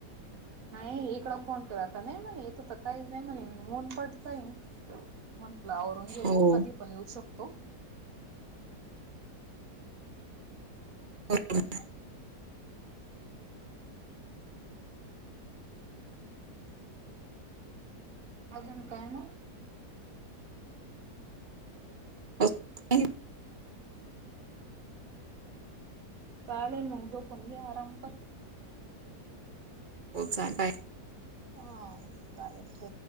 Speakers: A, on the right; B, on the right.
A: नाही इकड फोन केलाता नाही म येत तर काहीच नाही म्हणे ऊन पडताय म्हंटलं औरंगे
B: हो
A: व कधी पण येऊ शकतो
B: ह
A: अजून काय मग
B: अ
A: चालेलल मग जोपण घे आराम कर
B: होच आहे काय
A: ह चालेल च